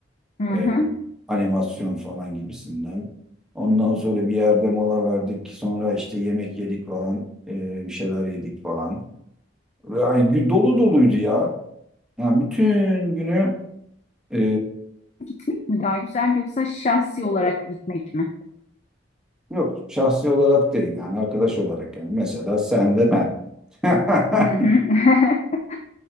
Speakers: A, on the left (about 40°); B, in the centre.
A: Hı hı.
B: e, animasyon falan gibisinden. Ondan sonra bir yerde mola verdik sonra işte yemek yedik falan e, bir şeyler yedik falan. Yani gü- dolu doluydu ya. Yani bütün günü e,
A: Gitmek mi daha güzel yoksa şahsi olarak gitmek mi?
B: Yok şahsi olarak değil yani arkadaş olarak yani mesela sen ve ben. <laughs>
A: Hı hı. <laughs>